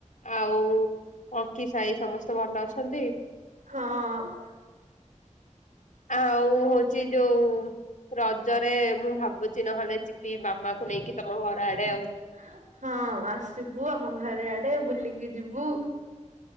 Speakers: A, on the left; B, on the right.
A: ଆଉ ଅଙ୍କି ସାହି ସମସ୍ତେ ଭଲ ଅଛନ୍ତି।
B: ହଁ। <inaudible>
A: ଆଉ ହଉଛି ଯୋଉ ରଜରେ ମୁଁ ଭାବୁଛି ନହେଲେ ଯିବି ମାମାକୁ ନେଇକି ତମ
B: <inaudible>
A: ଘର ଆଡେ ଆଉ।
B: ହଁ ଆସିବୁ ଆମ ଘରେ ଆଡେ ବୁଲିକି ଯିବୁ।